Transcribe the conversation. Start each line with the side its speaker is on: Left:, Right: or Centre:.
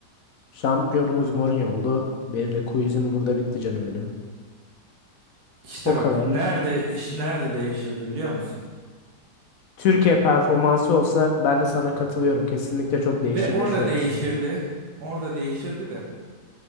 Left: Şampiyonumuz Mourinho oldu. Benim
Right: Hı.
Left: de quizim burada bitti canım benim.
Right: İşte
Left: O
Right: bak
Left: kadar.
Right: nerede iş nerede değişirdi biliyor musun?
Left: Türkiye performansı olsa ben de sana katılıyorum. Kesinlikle çok
Right: Ve
Left: değişirdi
Right: orada
Left: şu an
Right: değişirdi.
Left: sanırım.
Right: Orada değişirdi de